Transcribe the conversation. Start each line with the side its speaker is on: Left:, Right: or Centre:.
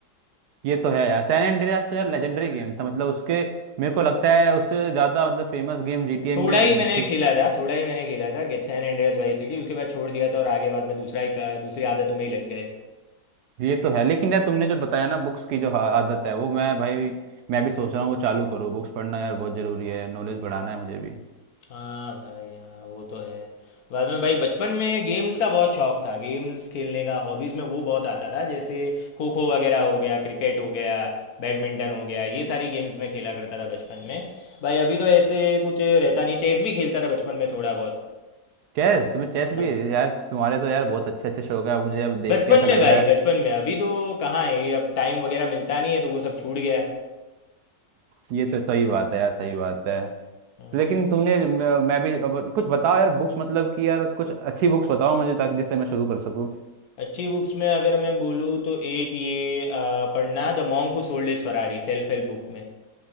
Right: ये तो है यार सैन एंड्रियास तो यार लेजेंडरी गेम था मतलब उसके मेरे को लगता है उससे ज्यादा मतलब फेमस गेम जीटीए
Left: थोड़ा
Right: में
Left: ही
Right: बहुत
Left: मैंने
Right: थी
Left: खेला था थोड़ा ही मैंने खेला था गेट सैन एंड्रियास वाई सिटी उसके बाद छोड़ दिया था और आगे बाद में दूसरा ही का- दूसरी आदतों में ही लग गए
Right: ये तो है लेकिन यार तुमने जो बताया ना बुक्स की जो हा- आदत है वो मैं भाई मैं भी सोच रहा हूँ वो चालू करूँ बुक्स पढ़ना यार बहुत जरूरी है नॉलेज बढ़ाना है मुझे भी
Left: हाँ भाई हाँ वो तो है बाद में भाई बचपन में गेम्स का बहुत शौक था गेम्स खेलने का हॉबीज़ में वो बहुत आता था जैसे खो खो वगैरह हो गया क्रिकेट हो गया बैडमिंटन हो गया ये सारी गेम्स में खेला करता था बचपन में भाई अभी तो ऐसे कुछ रहता नहीं चेस भी खेलता था बचपन में थोड़ा बहुत
Right: चेस तुम्हें चेस भी
Left: हाँ।
Right: यार तुम्हारे तो यार बहुत अच्छे अच्छे शौक है मुझे अब देख
Left: बचपन
Right: के ऐसा लग
Left: में भाई
Right: रहा है
Left: बचपन में अभी तो कहाँ है ये अब टाइम वगैरह मिलता नहीं है तो वो सब छूट गया
Right: ये तो सही बात है यार सही बात है
Left: हम्म,
Right: लेकिन तुमने मैं मैं भी अब कुछ बताओ यार बुक्स मतलब कि यार कुछ अच्छी बुक्स बताओ मुझे ताकि जिससे मैं शुरू कर सकूँ
Left: अच्छी बुक्स में अगर मैं बोलूँ तो एक ये आ, पढ़ना the monk who sold his Ferrari self help book में